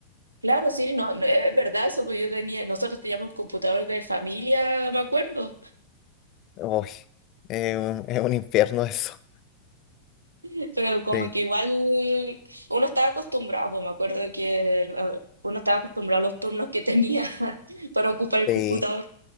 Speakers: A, on the right; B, on the left.
A: Claro, sí, no, no, es verdad eso, pues yo tenía, nosotros teníamos un computador de familia, me acuerdo,
B: Uy, es un, es un infierno eso.
A: <laughs> pero como
B: Sí,
A: que igual uno estaba acostumbrado, pues me acuerdo que eh, uno estaba acostumbrado a los turnos que tenía <laughs> para ocupar el
B: sí.
A: computador.